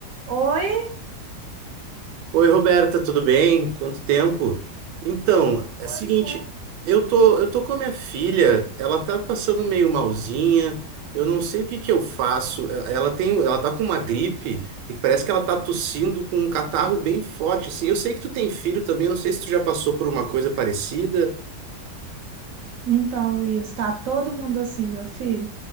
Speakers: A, on the right; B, on the right.
A: Oi?
B: Oi, Roberta, tudo bem? Quanto tempo? Então, é
A: Pois
B: o seguinte,
A: é.
B: eu tô, eu tô com a minha filha, ela tá passando meio malzinha, eu não sei o que que eu faço. Eh, Ela tem, ela tá com uma gripe e parece que ela tá tossindo com um catarro bem forte, assim. Eu sei que tu tem filho também, não sei se tu já passou por uma coisa parecida.
A: Então, Luiz, tá todo mundo assim, meu filho?